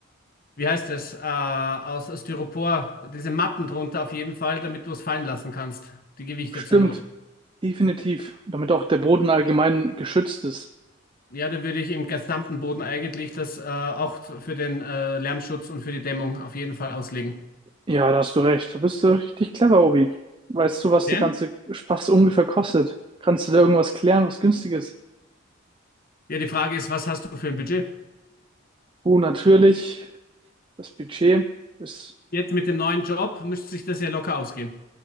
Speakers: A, on the left; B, on the right.
A: wie heißt es, äh, aus Styropor, diese Matten drunter auf jeden Fall, damit du es fallen lassen kannst, die Gewichte
B: Stimmt,
A: zur Not.
B: definitiv. Damit auch der Boden allgemein geschützt ist.
A: Ja, da würde ich im gesamten Boden eigentlich das äh, auch zu- für den äh, Lärmschutz und für die Dämmung auf jeden Fall auslegen.
B: Ja, da hast du recht. Da bist du richtig clever, Obi. Weißt du, was
A: Denn?
B: der ganze Spaß ungefähr kostet? Kannst du da irgendwas klären, was günstig ist?
A: Ja, die Frage ist, was hast du für ein Budget?
B: Oh, natürlich. Das Budget ist,
A: Jetzt mit dem neuen Job müsste sich das ja locker ausgehen.